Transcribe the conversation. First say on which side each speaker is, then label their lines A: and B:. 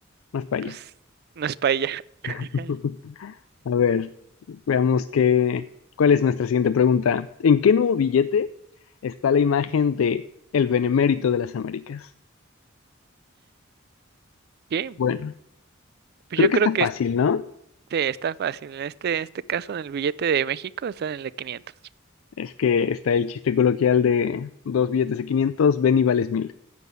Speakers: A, on the left; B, on the right.
A: no es paella.
B: Pues no es paella. <laughs>
A: <laughs> A ver, veamos qué, cuál es nuestra siguiente pregunta. ¿En qué nuevo billete está la imagen de el benemérito de las Américas?
B: ¿Qué?
A: Bueno,
B: pues
A: creo
B: yo creo
A: que está
B: que
A: fácil,
B: este
A: ¿no?
B: está fácil. En este, en este caso, en el billete de México está en el de 500. <laughs>
A: Es que está el chiste coloquial de dos billetes de 500 ven y vales mil.